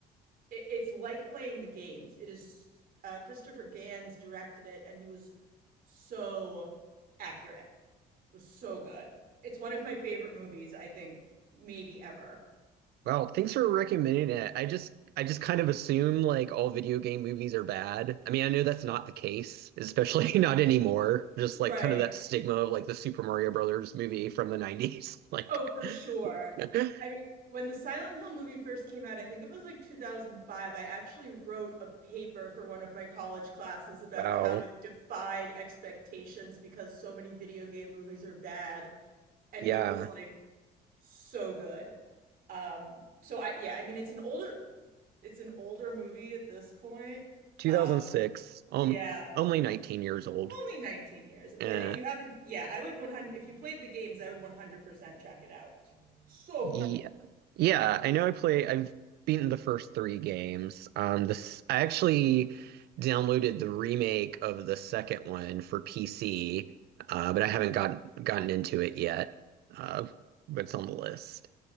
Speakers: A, on the right; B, on the right.
A: it, it's like playing the games. It is uh Christopher Gans directed it and he was so accurate. It was so good. It's one of my favorite movies, I think, maybe ever.
B: Well, thanks for recommending it. I just I just kind of assume like all video game movies are bad. I mean, I know that's not the case, especially <laughs> not anymore. Just like
A: Right.
B: kind of that stigma of like the Super Mario Brothers movie from the 90s. <laughs> Like
A: Oh, for sure.
B: <laughs>
A: I mean, when the Silent Hill movie first came out, I think it was like 2005, I actually wrote a paper for one of my college classes about
B: wow.
A: how it defied expectations because so many video game movies are bad, and
B: Yeah.
A: it was like so good. Um, so I yeah, I mean it's an older it's an older movie at this point.
B: 2006.
A: Um,
B: Um,
A: yeah.
B: only 19 years old.
A: Only 19 years, but
B: Eh,
A: if you haven't, yeah, I would 100 if you played the games, I would 100% check it out. So
B: Yeah.
A: good.
B: Yeah, I know I play I've beaten the first three games. Um this I actually downloaded the remake of the second one for PC, uh, but I haven't gotten gotten into it yet. Uh, but it's on the list.